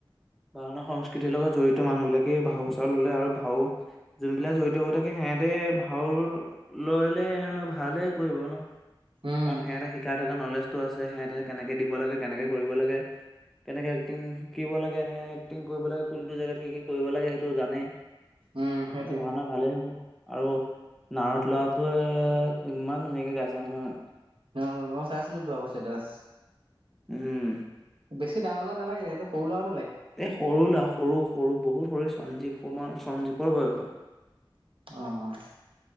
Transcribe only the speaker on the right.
উম
উম সেইটোৱে।
অ', মই চাইছিলো তো আপ চেটাচ্
বেছি ডাঙৰ নাগিল এইটো সৰু ৰলগত
অ', অ',